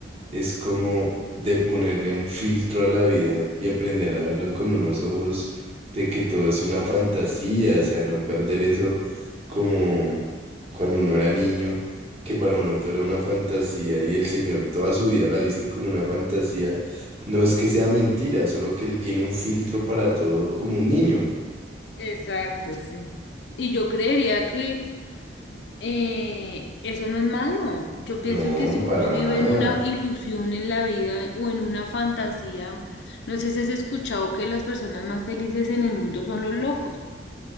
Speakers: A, on the right; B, on the left.
A: es como de ponerle un filtro a la vida y aprender a verlo con unos ojos de que todo es una fantasía, o sea, no perder eso como cuando uno era niño, que para uno todo era una fantasía y el Señor toda su vida la ha visto como una fantasía. No es que sea mentira, solo que Él tiene un filtro para todo como un niño.
B: Exacto, sí. Y yo creería que eh, eso no es malo. Yo
A: No,
B: pienso que si uno
A: para nada.
B: vive en una ilusión en la vida o en una fantasía, no sé si has escuchado que las personas más felices en el mundo son los locos,